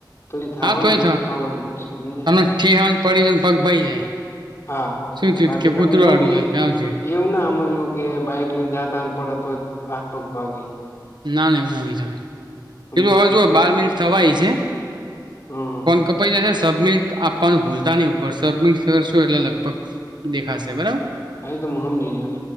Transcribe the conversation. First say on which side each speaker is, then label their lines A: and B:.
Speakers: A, on the left; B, on the right.
A: તો જે થવાનું
B: હા તોય
A: તો થવાનું જ સમજે
B: તમને ઠેહન પડી જ ને પગ ભાઈ જાય
A: હા
B: શું થયું
A: બાકી
B: કે
A: તમે
B: કૂતરું
A: એવું
B: આડું હોય
A: એ
B: કે આવજે
A: એવું ના સમ કે બાઈક લઈને જતા ને પડે તો જ હાથ પગ ભાગે
B: ના ના એવું ના વિચાર
A: સમજ્યા
B: પેલું હવે જો બાર મિનિટ થવાય છે
A: હમ
B: ફોન કપાઈ જ સબમિટ આપવાનું ભૂલતા નહી ઉપર સબમિટ કરશું એટલે લગભગ દેખાશે બરાબર
A: હા તો મુહમ જીજે ન